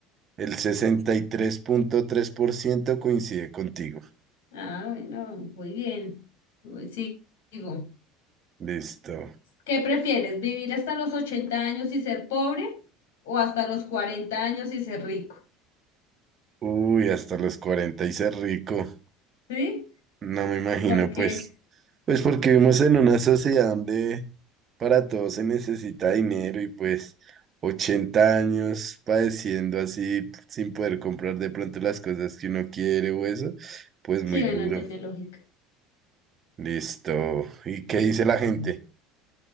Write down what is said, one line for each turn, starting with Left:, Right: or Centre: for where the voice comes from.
Right: el sesenta y tres tres punto tres por ciento coincide contigo.
Left: Ah, bueno, muy bien. Voy- Sigo.
Right: Listo.
Left: ¿Qué prefieres, vivir hasta los 80 años y ser pobre o hasta los 40 años y ser rico?
Right: Uy, hasta los cuarenta y ser rico.
Left: ¿Sí?
Right: No me imagino,
Left: Porque
Right: pues. Pues porque vivimos en una sociedad donde para todo se necesita dinero y pues 80 años padeciendo así sin poder comprar de pronto las cosas que uno quiere o eso, pues
Left: sí
Right: muy
Left: bueno,
Right: duro.
Left: tiene lógica.
Right: Listo. ¿Y
Left: Listo.
Right: qué dice la gente?